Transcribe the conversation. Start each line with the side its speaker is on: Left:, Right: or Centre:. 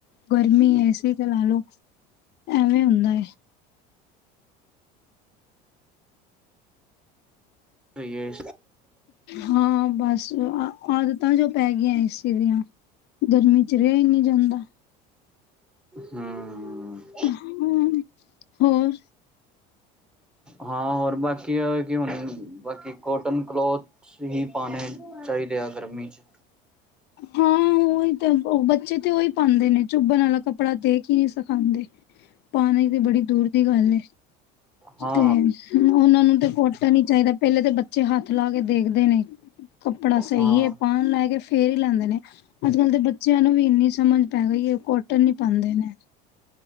Left: ਗਰਮੀ ਏਸੀ ਤੇ ਲਾ ਲੋ ਐਵੇਂ ਹੁੰਦਾ।
Centre: ਸਈ ਏ।
Left: ਹਾਂ ਬਸ ਆਦਤਾਂ ਜੋ ਪੈ ਗਈਆਂ ਏਸੀ ਦੀਆਂ ਗਰਮੀ 'ਚ ਰਿਆ ਹੀ ਨਈ ਜਾਂਦਾ।
Centre: ਹੂੰ
Left: ਹੂੰ ਹੋਰ
Centre: ਹਾਂ ਹੋਰ ਬਾਕੀ ਆ ਕਿ ਹੁਣ ਬਾਕੀ ਕੋਟਨ ਕਲੋਥ ਹੀ ਪਾਣੇ ਚਾਹੀਦੇ ਆ ਗਰਮੀ 'ਚ
Left: ਹਾਂ ਉਹੀ ਓ ਬੱਚੇ ਤੇ ਉਹੀ ਪਾਂਦੇ ਨੇ ਚੁੱਬਣ ਵਾਲਾ ਕੱਪੜਾ ਦੇ ਕੇ ਹੀ ਨਈ ਸਿਖਾਉਂਦੇ ਪਾਣੀ ਤੇ ਬੜੀ ਦੂਰ ਦੀ ਗੱਲ ਏ,
Centre: ਹਾਂ
Left: ਤੇ ਓਨਾਂ ਨੂੰ ਤੇ ਕੋਟਨ ਈ ਚਾਈਦਾ, ਪਹਿਲੇ ਤੇ ਬੱਚੇ ਹੱਥ ਲਾ ਕੇ ਦੇਖਦੇ ਨੇ। ਕੱਪੜਾ ਸਹੀ
Centre: ਹਾਂ
Left: ਐ, ਪਾਨ ਲੈ ਕੇ ਫੇਰ ਹੀ ਲੈਂਦੇ ਨੇ, ਅੱਜ ਕੱਲ ਦੇ ਬੱਚਿਆਂ ਨੂੰ ਵੀ ਇੰਨੀ ਸਮਝ ਪੈ ਗਈ ਐ ਓ ਕੋਟਨ ਈ ਪਾਂਦੇ ਨੇ।